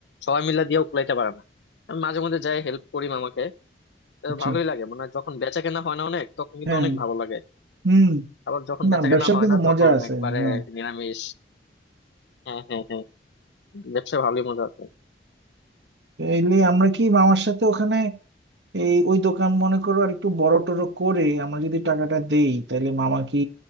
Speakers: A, on the left; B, on the right.
A: সবাই মিলে দিয়েও কুলাইতে পারে না আমি মাঝে মধ্যে যাই হেল্প করি মামাকে তো
B: আচ্ছা
A: ভালোই লাগে মানে যখন বেচা কেনা হয় না অনেক তখন কিন্তু
B: হ্যাঁ
A: অনেক ভালো লাগে
B: হুম
A: আবার যখন
B: না
A: বেচা
B: ব্যবসার
A: কেনা হয়
B: কিন্তু
A: না
B: মজা
A: তখন
B: আছে
A: একবারে
B: হ্যাঁ
A: নিরামিষ হ্যাঁ হ্যাঁ হ্যাঁ ব্যবসা ভালোই মজা আছে
B: এইলে আমরা কি মামার সাথে ওখানে এই ওই দোকান মনে করো আর একটু বড় টড় করে আমরা যদি টাকাটা দেই তাহলে মামা কি